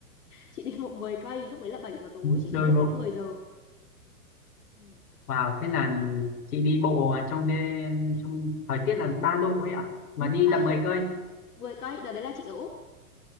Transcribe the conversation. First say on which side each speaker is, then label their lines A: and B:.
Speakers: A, on the left; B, on the left.
A: chị đi bộ 10 cây lúc đấy là 7 giờ tối chị
B: Đôi
A: đi bộ
B: bộ.
A: đến mười giờ Ừ.
B: Wow, thế là chị đi bộ trong đêm trong thời tiết là 3 độ ấy ạ,
A: ừ,
B: mà đi
A: 3
B: tầm
A: độ
B: 10 cây.
A: 10 cây đợt đấy là chị ở Úc